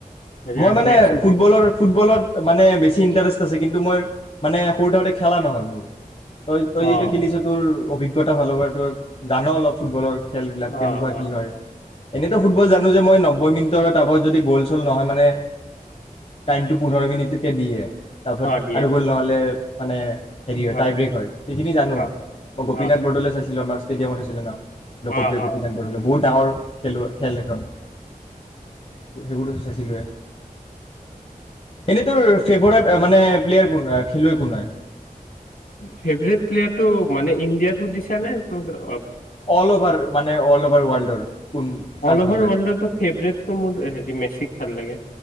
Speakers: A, on the left; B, on the left.
A: এতিয়া
B: মই মানে
A: নেক্স
B: ফুটবলৰ ফুটবলত মানে বেছি ইণ্টাৰেষ্ট আছে কিন্তু মই মানে সৰু থাকোতে খেলা নহ'ল মোৰ। তই-তই যিহেতু
A: অ
B: খেলিছ তোৰ অভিজ্ঞ। কইতা ভাল পায় জান অলপ ফুটবলৰ। খেলবিলাক কেনেকুৱা
A: অ অ
B: কি হয়। এনেইতো ফুটবল জানো যে মই নব্বৈ মিনিটৰ টাবত যদি গ'ল চ'ল নহয় মানে টাইমটো পোন্ধৰ মিনিটকে দিয়ে। তপত
A: অ দিয়ে
B: আৰু গুল নহ'লে মানে হেৰি
A: অ
B: হয় টাই ব্ৰেক হয়। সেইখিনি জানো
A: অ
B: মই গোপীনাথ
A: অ
B: বৰদলৈ চাইছিলো আমাৰ ষ্টেডিয়ামত আছিলে ন। লোকপ্ৰিয়
A: অ অ
B: গোপীনাথ বৰদলৈ। বহুত ডাঙৰ খেলুৱৈ খেল এখন সেইবোৰতো চাইছিলে এনেই তোৰ ফেভৰেট মানে প্লেয়াৰ কোন খেলুৱৈ কোন হয়?
A: ফেবেৰেত প্লেয়াৰটো মানে ইণ্ডিয়াতো ধিছা নে ত
B: অল অভাৰ মান অল অভাৰ ৱল্ডৰ কোন কাক
A: অল
B: ভাল
A: অভাৰ
B: লাগে?
A: ৱৰ্ল্ডতো ফেভৰেটটো মোৰ হেৰি মেচিক ভাল লাগে।